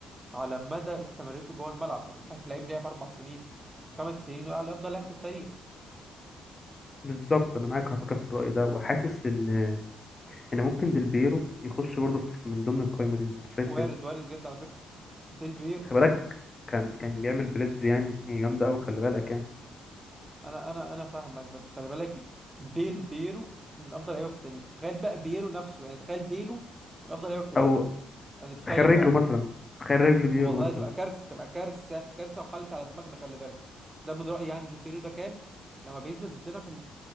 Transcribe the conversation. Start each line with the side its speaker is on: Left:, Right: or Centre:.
Right: على مدى استمرارته جوه الملعب يعني ما ينفعش لعيب لعب اربع سنين خمس سنين ويقع على افضل لاعب في التاريخ
Left: بالظبط أنا معاك على فكرة في الرأي ده وحاسس إن يعني ممكن ديلبيرو يخش برضه في- من ضمن القايمة دي انت شايف
Right: وارد
Left: ايه
Right: وارد جدا على فكره ديل بيرو
Left: خلي
Right: يعني
Left: بالك كان كان بيعمل بليدز يعني جامدة أوي خلي بالك يعني
Right: انا انا انا فاهمك بس خلي بالك ديل بيرو من افضل لعيبه في التاريخ تخيل بقى بيرو نفسه يعني تخيل ديلو من افضل لعيبه في
Left: أو
Right: التاريخ يعني تخيل
Left: تخيل رجله
Right: بقى
Left: مثلا تخيل رجل بيرو
Right: والله
Left: مثلا
Right: تبقى كارثه تبقى كارثه كارثه وحلت على دماغنا خلي بالك ده من رايي يعني ديل بيرو ده كان لما بينزل ضدنا في